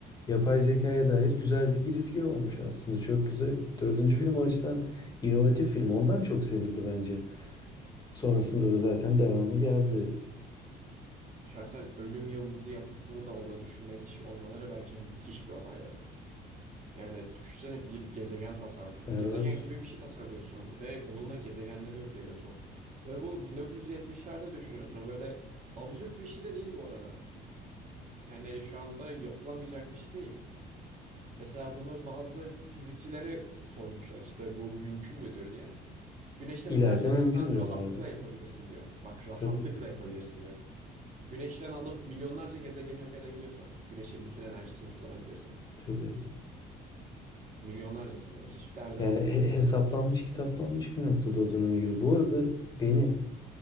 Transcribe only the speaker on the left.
yapay zekaya dair güzel bir girizgi olmuş aslında çok güzel. Dördüncü film o açıdan inovatif film ondan çok sevildi bence. Sonrasında da zaten devamı geldi.
Evet.
İleride
mümkün diyorlardı.
Evet.
Tabii tabii.
Tabii.
Yani
he- hesaplanmış, kitaplanmış bir noktada o döneme göre. Bu arada beni